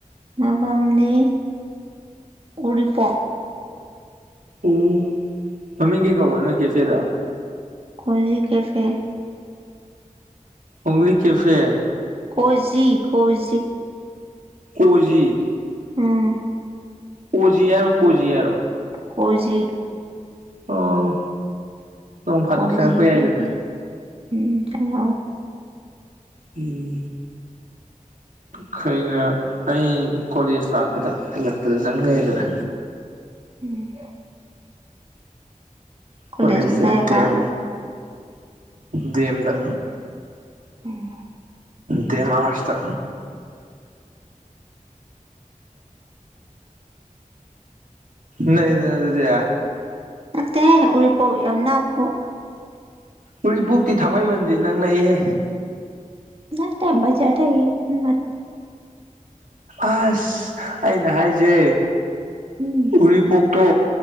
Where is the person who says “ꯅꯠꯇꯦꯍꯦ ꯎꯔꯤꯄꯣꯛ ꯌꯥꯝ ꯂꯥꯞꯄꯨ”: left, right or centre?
Right